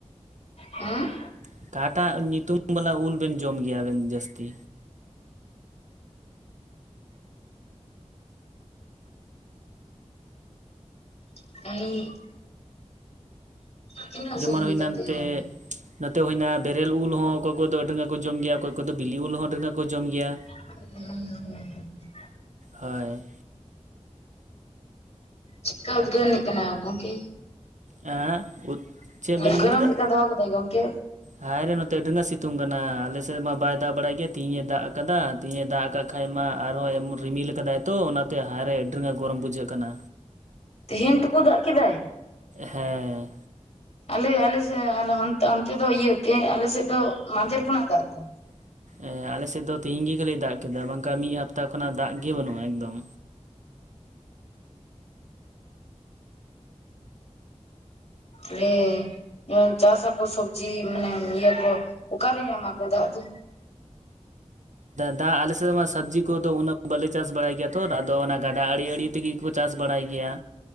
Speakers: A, on the left; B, on the right.
A: ᱦᱮᱸ
B: ᱚᱠᱟᱴᱟᱜ ᱧᱩᱛᱩᱢ ᱵᱟᱞᱟ ᱩᱞ ᱵᱮᱱ ᱡᱚᱢ ᱜᱮᱭᱟᱵᱮᱱ ᱡᱟᱹᱥᱛᱤ?
A: <unintelligible> ᱛᱤᱱᱟᱹᱜ
B: ᱡᱮᱢᱚᱱ
A: ᱥᱟᱺᱜᱤᱧ
B: ᱦᱩᱭᱱᱟ
A: ᱛᱟᱯᱮᱭᱟ
B: ᱮᱱᱛᱮ
A: ᱜᱚᱝᱠᱮ
B: ᱱᱚᱛᱮ ᱦᱩᱭᱱᱟ ᱵᱮᱨᱮᱞ ᱩᱞ ᱦᱚᱸ ᱚᱠᱚᱭ ᱠᱚᱫᱚ ᱟᱹᱰᱤ ᱨᱟᱸᱜᱟ ᱠᱚ ᱡᱚᱢ ᱜᱮᱭᱟ ᱚᱠᱚᱭ ᱠᱚᱫᱚ ᱵᱤᱞᱤ ᱩᱞ ᱦᱚᱸ ᱟᱹᱰᱤ ᱨᱟᱸᱜᱟ ᱠᱚ ᱡᱚᱢ ᱜᱮᱭᱟ᱾
A: ᱩᱸ
B: ᱦᱳᱭ
A: ᱪᱮᱫ ᱠᱟ ᱩᱫᱽᱜᱟᱹᱨᱟᱱᱤᱡ ᱠᱟᱱᱟ ᱜᱚᱝᱠᱮ
B: ᱦᱮᱸ ᱩᱫ ᱪᱮᱫ ᱵᱮᱱ
A: ᱩᱫᱽᱜᱟᱹᱨᱟᱢ
B: ᱢᱮᱱ ᱠᱮᱫᱟ?
A: ᱪᱮᱫᱠᱟ ᱫᱚᱦᱚ ᱠᱟᱫᱟᱭ ᱜᱚᱝᱠᱮ
B: ᱦᱟᱭᱨᱮ ᱱᱚᱛᱮ ᱟᱹᱰᱤ ᱨᱟᱸᱜᱟ ᱥᱤᱛᱩᱝ ᱠᱟᱱᱟ ᱟᱞᱮᱥᱮᱫ ᱢᱟ ᱵᱟᱭ ᱫᱟᱜ ᱵᱟᱲᱟᱭ ᱜᱮᱭᱟ ᱛ ᱛᱮᱦᱤᱧᱮ ᱫᱟᱜ ᱟᱠᱟᱫᱟ᱾ ᱛᱤᱦᱧᱮ ᱫᱟᱜ ᱟᱠᱟᱫ ᱠᱷᱟᱡ ᱢᱟ ᱟᱨᱚ ᱮᱢᱚᱱ ᱨᱤᱢᱤᱞ ᱟᱠᱟᱫᱟᱭ ᱛᱚ, ᱚᱱᱟᱛᱮ ᱦᱟᱭ ᱨᱮ ᱟᱹᱰᱤ ᱨᱟᱸᱜᱟ ᱜᱚᱨᱚᱢ ᱵᱩᱡᱷᱟᱹᱜ ᱠᱟᱱᱟ᱾
A: ᱛᱦᱮᱧ ᱴᱩᱠᱩ ᱫᱟᱜ ᱠᱮᱫᱟᱭ?
B: ᱦᱮᱸ
A: ᱟᱞᱮ ᱟᱞᱮ ᱥᱮᱫ ᱦᱚᱱ ᱚᱱᱛᱮ ᱫᱚ ᱤᱭᱟᱹ ᱛᱮ ᱟᱞᱮᱥᱮᱫ ᱫᱚ ᱢᱟᱫᱷᱮᱨ ᱠᱷᱚᱱᱟᱜ ᱫᱟᱜ ᱮᱫᱟ᱾
B: ᱮᱸ ᱟᱞᱮᱥᱮᱫ ᱫᱚ ᱛᱤᱦᱤᱧ ᱜᱤ ᱠᱷᱟᱞᱤ ᱫᱟᱜ ᱠᱮᱫᱟ ᱵᱟᱝᱠᱷᱟᱱ ᱢᱤᱫ ᱦᱟᱯᱛᱟ ᱠᱷᱚᱱᱟᱜ ᱫᱟᱜ ᱜᱮ ᱵᱟᱹᱱᱩᱜᱼᱟ ᱮᱠᱫᱚᱢ
A: ᱛᱟᱦᱞᱮ ᱡᱮᱢᱚᱱ ᱪᱟᱥ ᱟᱠᱚ ᱥᱚᱵᱽᱡᱤ ᱢᱟᱱᱮ ᱤᱭᱟᱹ ᱠᱚ ᱚᱠᱟᱨᱮ ᱧᱟᱢᱟᱠᱚ ᱫᱟᱜ ᱫᱚ?
B: ᱫᱟᱜ ᱟᱞᱮ ᱥᱮᱫ ᱨᱮᱢᱟ ᱥᱚᱵᱽᱡᱤ ᱠᱚᱫᱚ ᱩᱱᱟᱹᱜ ᱵᱟᱞᱮ ᱪᱟᱥ ᱵᱟᱲᱟᱭ ᱜᱮᱭᱟ ᱛᱚ, ᱟᱫᱚ ᱚᱱᱟ ᱜᱟᱰᱟ ᱟᱲᱮ ᱟᱲᱮ ᱛᱮᱜᱮ ᱠᱚ ᱪᱟᱥ ᱵᱟᱲᱟᱭ ᱜᱮᱭᱟ᱾